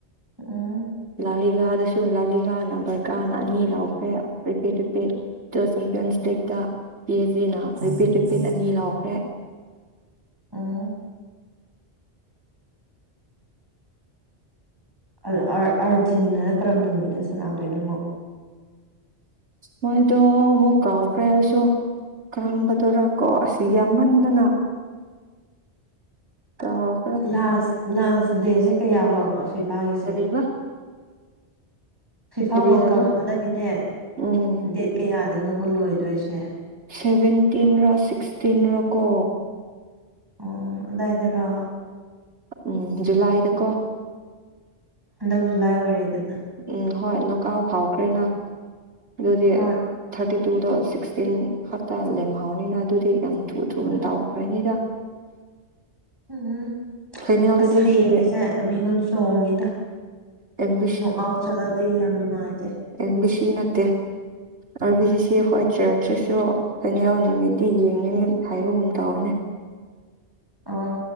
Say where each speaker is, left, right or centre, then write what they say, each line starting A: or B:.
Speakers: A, on the right (about 20°); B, on the right (about 85°).
A: ꯎꯝ
B: ꯂꯥꯂꯤꯒꯥꯥꯗꯁꯨ ꯂꯥꯂꯤꯒꯥꯥꯅ ꯕꯔꯀꯥꯅ ꯑꯅꯤ ꯂꯥꯎꯈ꯭ꯔꯦ ꯔꯤꯄꯦꯠ ꯇꯔꯤꯄꯦꯠ ꯆꯦꯝꯄꯤꯌꯟꯁ ꯂꯤ ꯄꯤ ꯑꯦꯁ ꯅ ꯔꯤꯄꯤꯠ ꯔꯤꯄꯤꯠ ꯑꯅꯤ ꯂꯥꯎꯈ꯭ꯔꯦ
A: ꯎꯝ ꯑ ꯑꯥꯔꯖꯦꯟꯇꯤꯅꯥꯅ ꯀꯔꯝ ꯅꯨꯃꯤꯠꯗ ꯁꯂꯗꯣꯏꯅꯣ
B: ꯃꯣꯏꯗꯣ ꯃꯨ ꯀꯥꯎꯥꯎ ꯀ ꯍꯥꯏꯁꯨ ꯀꯔꯝꯕꯗꯔꯥ ꯀꯣ ꯑꯁꯤ ꯌꯥꯝꯃꯟꯗꯅ
A: <unintelligible>
B: ꯀꯥꯎꯈ꯭ꯔꯦ
A: ꯂꯥꯁ ꯂꯥꯁ ꯗꯦꯁꯦ ꯀꯌꯥ ꯐꯥꯎꯅꯣ ꯁꯤꯐꯥꯒꯤꯁꯦ
B: ꯀꯔꯤꯕ
A: ꯐꯤꯐꯥ
B: ꯀꯔꯤ
A: ꯋꯥꯔꯜ
B: ꯍꯥꯏꯕ
A: ꯀꯞ ꯍꯥꯟꯅꯒꯤꯅꯦ
B: ꯎꯝ
A: ꯗꯦꯠ ꯀꯌꯥꯗꯅꯣꯕꯨ ꯂꯣꯏꯗꯣꯏꯁꯦ
B: ꯁꯦꯚꯦꯟꯇꯤꯟ ꯔ ꯁꯤꯛꯁꯇꯤꯟ ꯔ ꯀꯣ
A: ꯑꯣ ꯗꯥꯏꯗꯔ
B: ꯎꯝ ꯨꯂꯥꯏꯗꯀꯣ
A: ꯍꯟꯗꯛꯁꯨ ꯂꯥꯏ ꯑꯣꯏꯔꯦꯗꯅ
B: ꯎꯝ ꯍꯣꯏ ꯅꯣꯀꯥꯎ ꯈꯥꯎꯈ꯭ꯔꯦꯅ ꯑꯗꯨꯗꯤ
A: ꯍꯣꯏ
B: ꯊꯥꯔꯇꯤ ꯇꯨꯗꯣ ꯁꯤꯛꯁꯇꯤꯟ ꯈꯛꯇ ꯂꯦꯝꯍꯧꯅꯤꯅ ꯑꯗꯨꯗꯤ ꯌꯥꯝ ꯊꯨ ꯊꯨꯅ
A: ꯎꯝ
B: ꯇꯧꯈ꯭ꯔꯅꯤꯗ
A: ꯎꯝ
B: ꯐꯥꯏꯅꯦꯜꯗꯗꯤ
A: ꯑꯁ ꯍꯌꯦꯡꯉꯁꯦ
B: ꯁꯤ
A: ꯃꯤꯍꯨꯟ ꯁꯣꯡꯉꯤꯗ
B: ꯑꯦꯝ
A: ꯑꯥꯎ ꯆꯂꯗꯤ ꯌꯥꯝ ꯅꯨꯡꯉꯥꯏꯇꯦ
B: ꯑꯦꯟꯕꯤ ꯁꯤ ꯅꯠꯇꯦ ꯑ ꯕꯤ ꯁꯤ ꯁꯤ ꯍꯠ ꯆꯔꯁꯨ ꯀꯅꯎ ꯅꯨꯃꯤꯠꯇꯤ ꯌꯦꯡꯒꯅꯤ ꯍꯥꯏꯕꯒꯨꯝ ꯇꯧꯋꯅꯦ
A: ꯑꯣ